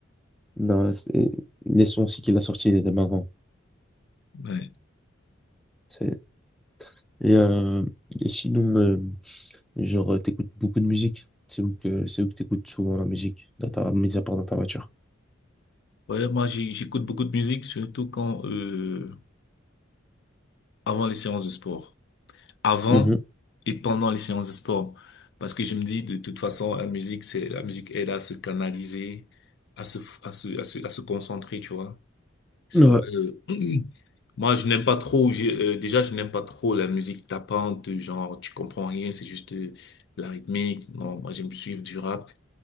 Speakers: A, in the centre; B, on the left.
A: Non, c'est- les sons aussi qu'il a sortis dès avant.
B: Ouais,
A: C'est- Et, euh, et sinon, euh, genre, t'écoutes beaucoup de musique. C'est où que c'est où que t'écoutes souvent la musique, dans ta, mis à part dans ta voiture.
B: Ouais, moi, j'ai- j'écoute beaucoup de musique, surtout quand, euh, avant les séances de sport. Avant
A: Mhm.
B: et pendant les séances de sport. Parce que je me dis, de toute façon, la musique, c'est, la musique aide à se canaliser, à se, à se, à se, à se concentrer, tu vois. C'est
A: Ouais.
B: vrai. <clears throat> Moi, je n'aime pas trop, j'ai- euh, déjà, je n'aime pas trop la musique tapante, genre, tu comprends rien, c'est juste euh, la rythmique. Non, moi, j'aime suivre du rap,